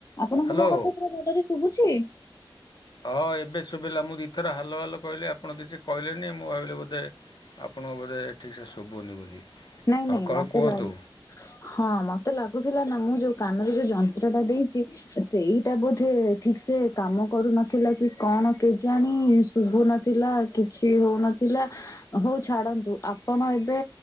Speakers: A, on the left; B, on the left.
A: ଆପଣଙ୍କୁ
B: ହ୍ୟାଲୋ
A: ମୋ କଥା ପୁରା ଭଲରେ ଶୁଭୁଛି?
B: ହଁ ଏବେ ଶୁଭିଲା ମୁଁ ଦୁଇଥର ହାଲୋ ହାଲୋ କହିଲି ଆପଣ କହିଲେନି ମୁଁ ଭାବିଲି ବୋଧେ ଆପଣଙ୍କ ବୋଧେ ଠିକ୍ ସେ ଶୁଭୁନି ବୋଲି
A: ନାଇଁ
B: ହଁ
A: ନାଇଁ
B: କ'ଣ
A: ମତେ
B: କୁହନ୍ତୁ
A: ଲ ହଁ ମତେ ଲାଗୁଥିଲା ନା ମୁଁ ଯଉ କାନରେ ଯୋଉ ଯନ୍ତ୍ର ଟା ଦେଇଛି ସେଇଟା ବୋଧେ ଠିକ ସେ କାମ କରୁନଥିଲା କି କଣ କେଜାଣି? ଶୁଭୁ ନଥିଲା କିଛି ହଉନଥିଲା ହଉ ଛାଡନ୍ତୁ ଆପଣ ଏବେ